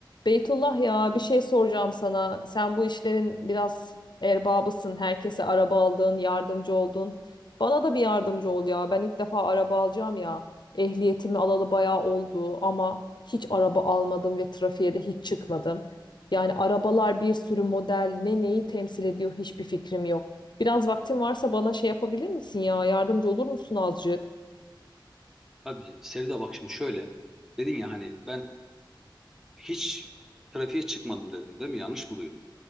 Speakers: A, on the left (about 60°); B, in the centre.
A: Beytullah ya bir şey soracağım sana. Sen bu işlerin biraz erbabısın. Herkese araba aldın, yardımcı oldun. Bana da bir yardımcı ol ya. Ben ilk defa araba alacağım ya. Ehliyetimi alalı bayağı oldu ama hiç araba almadım ve trafiğe de hiç çıkmadım. Yani arabalar bir sürü model ne neyi temsil ediyor hiçbir fikrim yok. Biraz vaktin varsa bana şey yapabilir misin ya? Yardımcı olur musun azıcık?
B: Abi Sevda bak şimdi şöyle. Dedin ya hani ben hiç trafiğe çıkmadım dedin değil mi? Yanlış mı duydum?